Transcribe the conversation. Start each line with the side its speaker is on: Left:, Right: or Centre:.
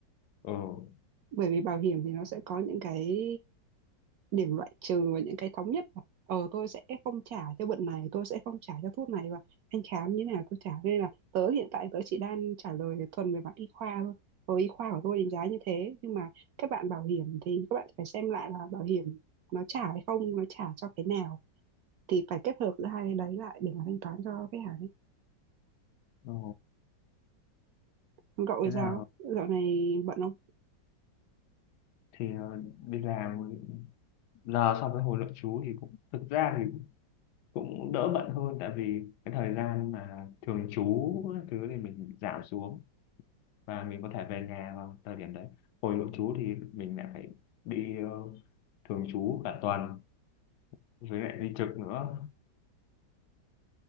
Left: ừ,
Right: bởi vì bảo hiểm thì nó sẽ có những cái điểm loại trừ và những cái thống nhất mà. ờ tôi sẽ không trả cho bệnh này tôi sẽ không trả cho thuốc này và anh khám như thế nào tôi trả nên là tớ hiện tại tớ chỉ đang trả lời thuần về mặt y khoa thôi ờ, y khoa của tôi đánh giá như thế nhưng mà các bạn bảo hiểm thì các bạn phải xem lại là bảo hiểm nó trả hay không nó trả cho cái nào thì phải kết hợp giữa hai cái đấy lại để mà thanh toán cho khách hàng ấy
Left: ừ.
Right: Còn cậu thì
Left: thế
Right: sao
Left: nào
Right: dạo này bận không
Left: thì ờ, đi làm giờ so với hồi nội trú thì cũng thực ra thì cũng đỡ bận hơn tại vì cái thời gian mà thường trú các thứ thì mình giảm xuống và mình có thể về nhà vào thời điểm đấy hồi nội trú thì mình lại phải đi ờ, thường trú cả tuần với lại đi trực nữa